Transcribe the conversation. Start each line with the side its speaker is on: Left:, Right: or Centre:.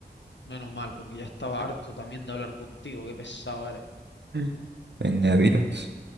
Left: Menos mal, porque ya estaba harto también de hablar contigo, qué pesado eres.
Right: Mm. Venga, adiós.